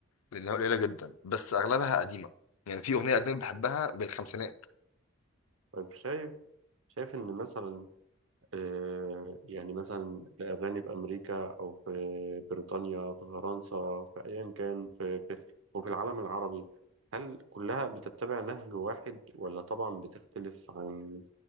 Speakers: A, on the left (about 85°); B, on the right (about 65°).
A: لانها قليله جدا بس اغلبها قديمه يعني في اغنيه اجنبي بحبها بالخمسينات
B: طيب شايف شايف ان مثلا آه، يعني مثلا الأغاني في أمريكا أو في بريطانيا في فرنسا في أيا كان في في- وفي العالم العربي هل كلها بتتبع نهج واحد ولا طبعا بتختلف عن